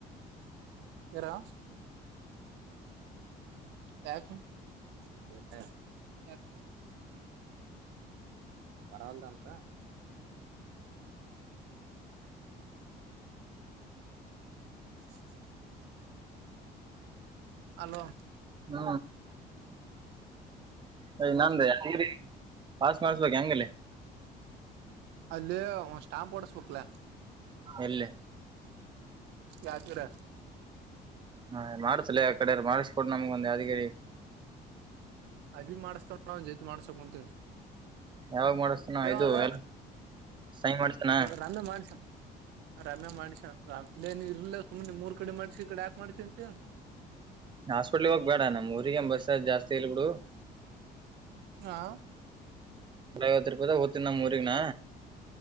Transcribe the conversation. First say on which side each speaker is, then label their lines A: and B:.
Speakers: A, on the right; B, on the right.
A: ಇರ <unintelligible> ಕ <inaudible> ಬರಲ್ದಂತ <inaudible> ಅಲೋ
B: ಹ ಯ
A: ಮತ್
B: ನಮ್ದ ಯಾದ್ಗಿರಿ ಪಾಸ ಮಾಡಸ್ಬೇಕು ಹಂಗಲ್ಲಿ
A: ದೆ ಸ್ಟಾಂಪ್ ಓಡಸ್ಬೇಕಲಾ.
B: ಎಲ್ಲಿ
A: ಯಕರ
B: ಹಾ ಮಾಡ್ಸಲಲ್ಲ ಆ ಕಡೆ ಮಾಡಿಸಕ ಕೊನಮ್ಗ ಒಂದು ಯಾದಗಿರಿ
A: ಅಬ್ ಮಾಡ್ಸ್ತಾಡ ಒ ಜೈತ್ ಮಾಡ್ಸಕ್ಂತ
B: ಯಾವಾಗ ಮಾಡಿಸ್ತಾನ ಇದು
A: ಅಲ್ಲ
B: ಎಲ್ಲ ಸೈನ್ ಮಾಡಿಸ್ತಾನ
A: ನಂದ ಮನುಷನ್ ರಾಮೆ ಮಾಡ್ಸನ್ ಇರ್ಲ್ಲ ಸುಮ್ನೆ ಮೂರ್ ಕಡೆ ಮಾಡ್ಸಿ ಈ ಕಡೆ ಯಾಕ್ ಮಾಡ್ಸ ಅಂತ
B: ಹಾಸ್ಪೆಟ್ಲ್ ಹೋಗ್ ಬೇಡ ನಮ್ ಊರಿಗೆ ಬಸ್ ಜಾಸ್ತಿ ಇಲ್ ಬಿಡು
A: ಹಾಂ
B: ಐವತ್ತು ರೂಪಾಯಿ ಹೊಯಿತಿನಿ ನಮ್ ಊರಿಗ್ ನಾ